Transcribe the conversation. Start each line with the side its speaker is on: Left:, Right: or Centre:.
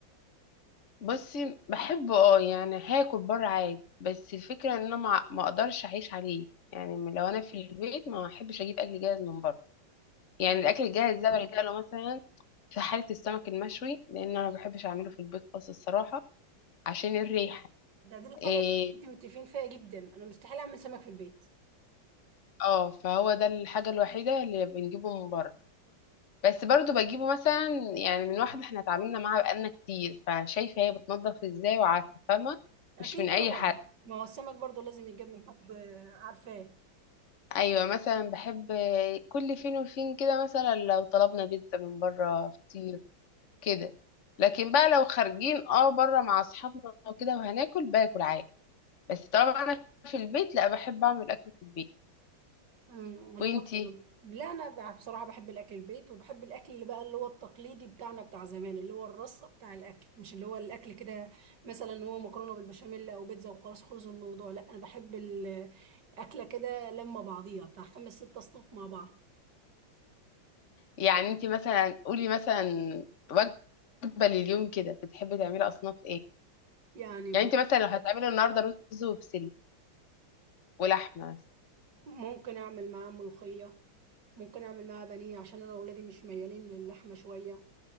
Left: بصي بحبه اه يعني هاكل بره عادي بس الفكره ان انا ما ما اقدرش اعيش عليه يعني لو انا في البيت ما احبش اجيب اكل جاهز من بره يعني
Right: مم.
Left: الاكل الجاهز ده بلجأ له مثلا في حالة السمك المشوي لأن أنا ما بحبش أعمله في البيت خالص الصراحة عشان الريحة
Right: ده دي الحاجة
Left: إيه
Right: اللي انت متفقين فيها جدا انا مستحيل اعمل سمك في البيت
Left: اه فهو ده الحاجة الوحيدة اللي بنجيبه من بره بس برضو بجيبه مثلا يعني من واحدة احنا اتعاملنا معاها بقالنا كتير فشايفة هي بتنضف ازاي وعارفة فاهمة
Right: اكيد
Left: مش من أي
Right: طبعا
Left: حد
Right: ما هو السمك برضو لازم يتجمع حد عارفاه
Left: أيوة مثلا بحب آه، كل فين وفين كده مثلا لو طلبنا بيتزا من بره فطير كده لكن بقى لو خارجين اه بره مع أصحابنا وكده وهناكل باكل عادي بس طالما أنا في البيت لا بحب أعمل أكل في البيت
Right: مم، انا
Left: وانتي
Right: برضه انا لا انا ب- بصراحه بحب الاكل البيت وبحب الاكل اللي بقى اللي هو التقليدي بتاعنا بتاع زمان اللي هو الرصه بتاع الاكل مش اللي هو الاكل كده مثلا هو مكرونه بالبشاميل او بيتزا وخلاص خلص الموضوع لا انا بحب الاكله كده لما بعضيها بتاع خمس ست اصناف مع بعض
Left: يعني انتي مثلا قولي مثلا وجبة لليوم كده بتحبي تعملي أصناف ايه
Right: يعني بص،
Left: يعني انتي مثلا لو هتعملي النهاردة رز وبسلة ولحمة مثلا
Right: ممكن اعمل معاه ملوخيه ممكن اعمل معاه بانيه عشان انا واولادي مش ميالين للحمه شويه